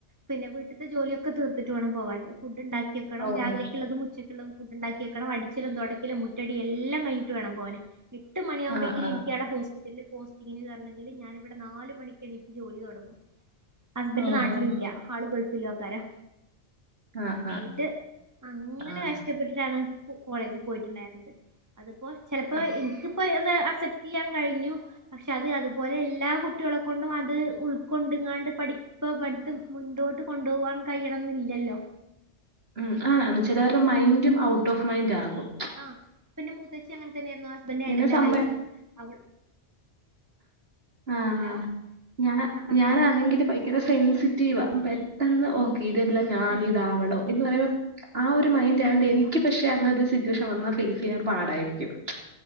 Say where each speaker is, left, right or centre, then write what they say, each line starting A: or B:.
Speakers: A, on the right; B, on the right.
A: പിന്നെ വീട്ടിത്തെ ജോലിയൊക്കെ തീർത്തിട്ട് വേണം പോവാന്. ഫുഡ് ണ്ടാക്കി വെക്കണം.
B: ഓ ഓ.
A: തും ഉച്ചക്ക്ള്ളതും ഫുഡ്‌ ണ്ടാക്കിവെക്കണം അടിച്ചിലും തൊടക്കലും മുറ്റടി എല്ലാം കഴിഞ്ഞിട്ട് വേണം പോവന്. എട്ട് മണിയാവുമ്പഴേക്കിന്
B: ആ ആ
A: ഇൻക്കവിടെ ഹോസ് പിറ്റലില് പോസ്റ്റിങ്ങിന് കേറണെങ്കില് ഞാനിവിടെ നാല് മണിക്ക് എണീട്ട് ജോലി തൊടങ്ങും. ഹസ്ബന്ഡറ്
B: ഓഹോ
A: നാട്ടിലുല്ല ആള് ഗൾഫിലേക്കാരം.
B: ആ
A: ന്നിട്ട്
B: ആ
A: അങ്ങനെ
B: ആ
A: കഷ്ടപ്പെട്ടിട്ടാണ് കോളേജിൽ പോയിട്ടുണ്ടായിരുന്നത്. അതിപ്പോ ചെലപ്പോ
B: ആ.
A: ഇൻക്കിപ്പോ അത് അക്സെപ്റ്റെയ്യാൻ കഴിഞ്ഞു. പക്ഷെ അത് അതുപോലെ എല്ലാ കുട്ടികളെ കൊണ്ടും അത് ഉൾക്കൊണ്ടിങ്ങാണ്ട്. പഠി ഇപ്പൊ അവിടുത്ത് മുന്നപോട്ട് കൊണ്ടുപോകാൻ കഴിയണംന്നില്ലല്ലോ
B: ഉ ആതാണ് ചിലരുടെ മൈൻഡും ഔട്ട് ഓഫ് മൈൻഡ് ആകും.
A: ആഹ് പിന്നെ മുത്തച്ചി അങ്ങനെ തന്നെയായിരുന്നു ഹസ്ബൻഡ ഏട്ടന്റെ
B: എന്നെ സമ്മ
A: വൈഫ്. അവ
B: ആഹ
A: ഹലോ
B: ആ ഞാ
A: ആ പറഞ്ഞോ
B: ഞാനാണെങ്കില് ഭയങ്കര സെൻസിറ്റീവ. പെട്ടെന്ന് ഒ കേട് വരൂല ഞാൻ
A: ആ
B: ഇതാവണം. എന്ന് പറയുമ്പോൾ ആ ഒരു മൈൻഡ് ആയൊണ്ട് എനിക്ക് പക്ഷെ അങ്ങനത്തെ ഒരു സിറ്റുവേഷൻ വന്നാൽ ഫേസ് ചെയ്യാൻ പാടായിരിക്കും.